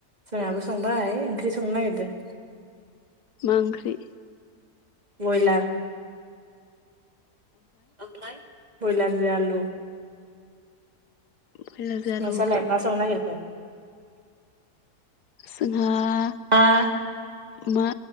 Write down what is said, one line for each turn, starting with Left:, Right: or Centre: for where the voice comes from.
Right: जोंहाबो संबाय ओंख्रि संनो नागिरदो
Left: मां ओंख्रि?
Right: बयलार ओमफाय बयलारजों आलु
Left: बयलारजों आलु
Right: नोंसालाय मा संनो नागिरखो?
Left: जोंहा
Right: <unintelligible>
Left: मा